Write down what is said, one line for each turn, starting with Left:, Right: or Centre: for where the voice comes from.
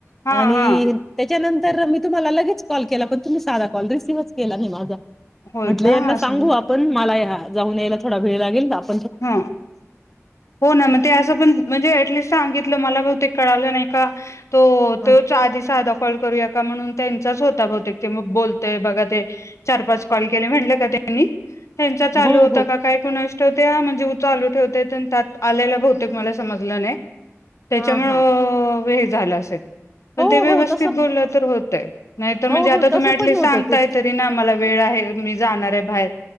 Left: हा
Centre: आणि
Left: हा
Centre: त्याच्यानं तर मी तुम्हाला लगेच कॉल केला पण तुम्ही साधा कॉल रिसीवच केला नाय माझा.
Left: होय
Centre: म्हटले
Left: का
Centre: यांना
Left: असं
Centre: सांगू आपण मलाया जाऊन यायला थोडा वेळ लाग <unintelligible>
Left: हा, हो ना म ते असं पण म्हणजे ऍटलीस्ट सांगितलं मला बहुतेक कळालं नाय का? तो
Centre: हा.
Left: तो चार दिसाडा कॉल करूया का म्हणून त्यांचाच होता बहुतेक ते मग बोलतय बघा ते चार पाच कॉल केले म्हनले का त्यांनी? त्यांचा चालू
Centre: हो
Left: होता
Centre: हो
Left: काय कुणास ठाऊक त्या म्हणजे उचालू ठेवते त्यात आलेला बहुतेक मला समजलं नाय. त्याच्यामुळं
Centre: हा हा
Left: वेळेत झालं असेल पण
Centre: हो
Left: ते व्यवस्थित
Centre: हो तसं
Left: बोललं तर होतयं नाहीतर म्हणजे
Centre: हो
Left: आता
Centre: हो तसं
Left: तुम्ही ऍटलीस्ट
Centre: पण होतं
Left: सांगताय
Centre: ते
Left: तरी ना मला वेळ आहे मी जाणारय बाहेर.